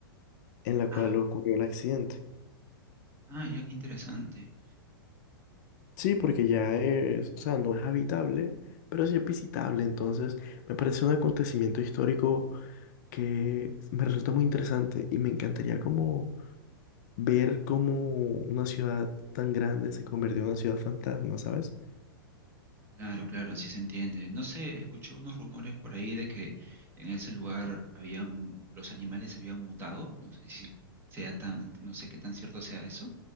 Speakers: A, on the left; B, on the right.
A: en la cual
B: Ah,
A: ocurrió el accidente.
B: ah, ya, qué interesante.
A: Sí, porque ya es, o sea, no es habitable, pero sí es visitable. Entonces, me parece un acontecimiento histórico que me resulta muy interesante y me encantaría como ver cómo una ciudad tan grande se convirtió en una ciudad fantasma, ¿sabes?
B: Claro, claro, sí se entiende. No sé, escuché unos rumores por ahí de que en ese lugar había un, los animales habían mutado. No sé si sea tan, no sé qué tan cierto sea eso.